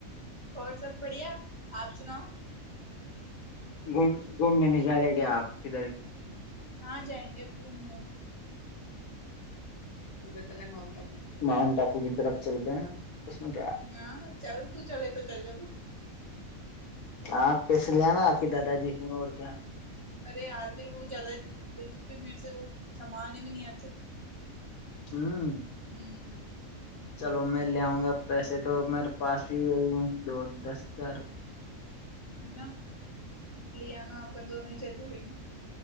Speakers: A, on the right (about 30°); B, on the left (about 80°).
A: اور سب بڑھیا آپ سناؤ
B: گوم گھومنے نہیں جا رہے کیا آپ کدھر
A: کہاں جائیں گے پوم میں
B: ؤنٹ آو ماؤنٹ آپو کی طرف چلتے ہیں اس میں کیا ہے؟
A: ہ چل ت چلے تو چل جا
B: آپ پیس لے آ نا آ کے دادا جی سے اور کیا
A: ارے یار پھر وہ زیادہ ہی دے دیتے ہیں تو پھر میرے سے وہ سام آنے میں نہیں آتے
B: ہوں
A: ہوں
B: چلو میں لےؤں گا پیسے تو میرے پاس ہی ہے دو دس ہزار روپ
A: نا ل آانا اپن دونوں ہی چل جائیں گے